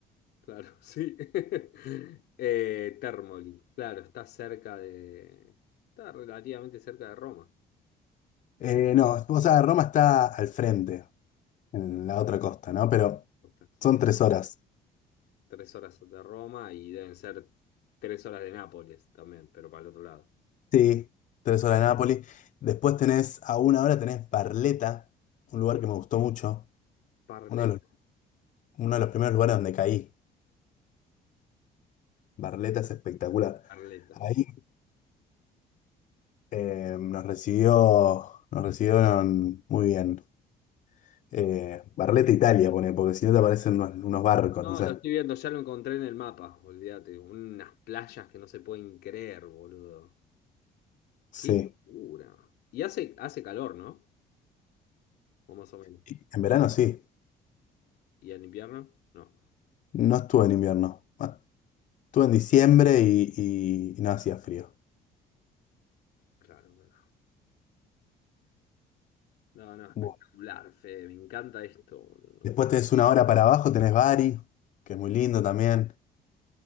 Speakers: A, on the left; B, on the left.
A: Claro, sí. <laughs> Eh, Termoli. Claro, está cerca de... Está relativamente cerca de Roma.
B: Eh, no, o sea, Roma está al frente, en la otra costa, ¿no? Pero
A: O está, sí.
B: son tres horas.
A: Tres horas de Roma y deben ser tres horas de Nápoles también, pero para el otro lado.
B: Sí, tres horas de Nápoles. Después tenés, a una hora tenés Barletta, un lugar que me gustó mucho,
A: Parleta,
B: uno de los, uno de los primeros lugares donde caí. Barletta es espectacular.
A: Parleta.
B: Ahí eh, nos recibió, nos recibieron muy bien. Eh, Barletta Italia, pone, porque si no te aparecen unos, unos barcos,
A: No,
B: no sé.
A: lo estoy viendo, ya lo encontré en el mapa, olvídate. Unas playas que no se pueden creer, boludo.
B: Sí.
A: Qué locura. Y hace, hace calor, ¿no? O más o menos.
B: Y En verano sí.
A: ¿Y en invierno? No.
B: No estuve en invierno. Ah, Estuve en diciembre y, y- y no hacía frío.
A: Claro, no, no, no, espectacular,
B: Bueno.
A: Fede, me encanta esto, boludo.
B: Después tenés una hora para abajo, tenés Bari, que es muy lindo también.